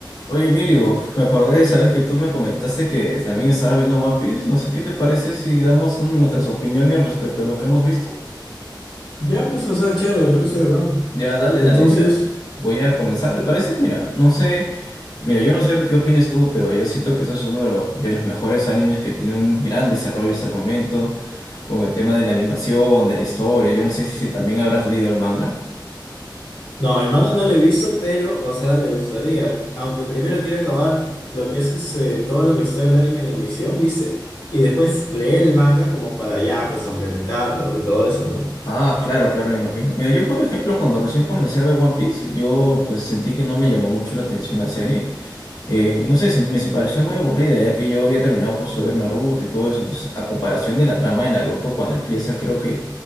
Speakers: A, on the left; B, on the left.
A: Oye, Emilio, me acordé de esa vez que tú me comentaste que también estabas viendo One Piece. No sé qué te parece si damos un- nuestras opiniones respecto a lo que hemos visto.
B: Ya, pues, o sea, chévere, me parece bacán.
A: Ya, dale,
B: Entonces,
A: dale, mira. Voy a comenzar, ¿te parece? Mira, no sé, mira, yo no sé qué opinas tú, pero yo siento que eso es uno de, lo- de los mejores animes que tiene un gran desarrollo hasta el momento, con el tema de la animación, de la historia. Yo no sé si también habrás leído el manga.
B: no, el manga no lo he visto, pero, o sea, me gustaría. Aunque primero quiero acabar lo que es este, todo lo que está el anime en emisión, ¿viste? Y después leer el manga como para ya, pues, complementarlo y todo eso, ¿no?
A: Ah, claro, claro, me imagino. Mira, yo por ejemplo, cuando recién comencé a ver One Piece, yo pues sentí que no me llamó mucho la atención la serie. Eh, no sé, se- me se pareció muy aburrida, ya que yo había terminado justo de ver Naruto y todo eso. Entonces, a comparación de la trama de Naruto, cuando empieza, creo que